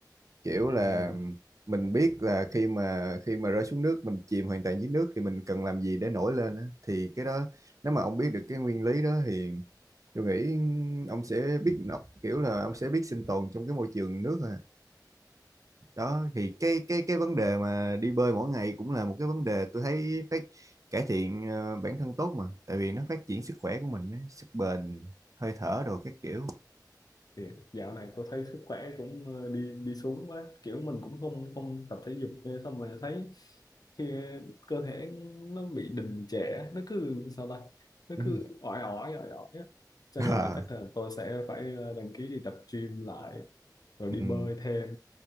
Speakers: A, on the right; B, on the left.
A: Kiểu là
B: Ừ.
A: mình biết là khi mà khi mà rơi xuống nước mình chìm hoàn toàn dưới nước thì mình cần làm gì để nổi lên á. Thì cái đó nếu mà ông biết được cái nguyên lý đó thì tôi nghĩ ông sẽ biết nọc kiểu là ông sẽ biết sinh tồn trong cái môi trường nước đó thì cái cái cái vấn đề mà đi bơi mỗi ngày cũng là một cái vấn đề tôi thấy phát cải thiện ờ, bản thân tốt mà tại vì nó phát triển sức khỏe của mình á, sức bền hơi thở đồ các kiểu
B: Thì dạo này tôi thấy sức khỏe cũng ờ, đi đi xuống quá kiểu mình cũng không không tập thể dục nữa, xong rồi thấy khi cơ thể nó bị đình trệ nó cứ sao ta nó
A: ừ
B: cứ ỏi ỏi ỏi ỏi á. cho
A: <laughs>
B: nên
A: Ờ,
B: là chắc là tôi sẽ phải ờ, đăng ký đi tập gym lại rồi đi
A: ừ
B: bơi thêm